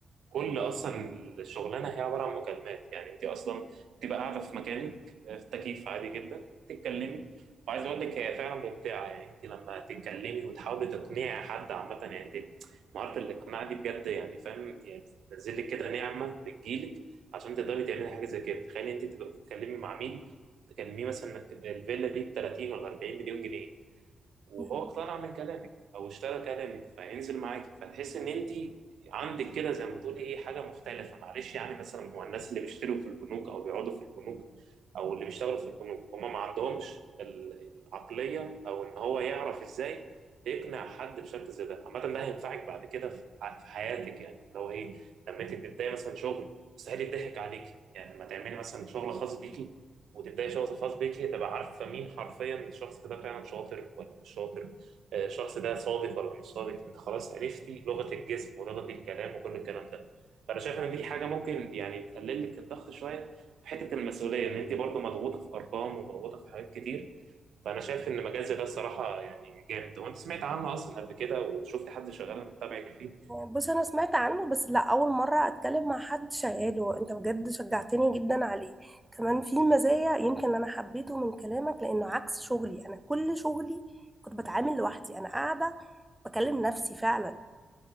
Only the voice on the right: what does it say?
كل اصلا الشغلانه هي عباره عن مكالمات يعني انت اصلا بتبقى قاعده في مكانك آه، في تكييف عادي جدا بتتكلمي وعايز اقول لك هي فعلا ممتعه يعني انت لما تتكلمي وتحاولي تقنعي حد عامه يعني انت مهاره الاقناع دي بجد يعني فاهم يعني بتنزل لك كده نعمه بتجيلك عشان تقدري تعملي حاجه زي كده تخيلي انت تبقى بتتكلمي مع مين تكلميه مثلا انك الفيلا دي ب 30 ولا 40 مليون جنيه وهو
اقتنع من كلامك او اشترى كلامك فهينزل معاكي فتحس ان انت عندك كده زي ما تقولي ايه حاجه مختلفه معلش يعني مثلا هو الناس اللي بيشتروا في البنوك او بيقعدوا في البنوك او اللي بيشتغلوا في البنوك هم ما عندهمش ال- العقليه او ان هو يعرف ازاي يقنع حد بشكل زي ده عامه ده هينفعك بعد كده في ع- في حياتك يعني اللي هو ايه لما انت تبداي مثلا شغل مستحيل يضحك عليكي يعني لما تعملي مثلا شغل خاص بيكي وتبداي شخص خاص بيكي تبقى عارفه مين حرفيا الشخص ده فعلا شاطر ولا مش شاطر آه، الشخص ده صادق ولا مش صادق انت خلاص عرفتي لغه الجسم ولغه الكلام وكل الكلام ده فانا شايف ان دي حاجه ممكن يعني تقلل لك الضغط شويه في حته المسؤوليه ان انت برضو مضغوطه في ارقام ومضغوطه في حاجات كتير فانا شايف ان مجال زي ده الصراحه يعني جامد هو انت سمعت عنه اصلا قبل كده وشفت حد شغال متابع فيه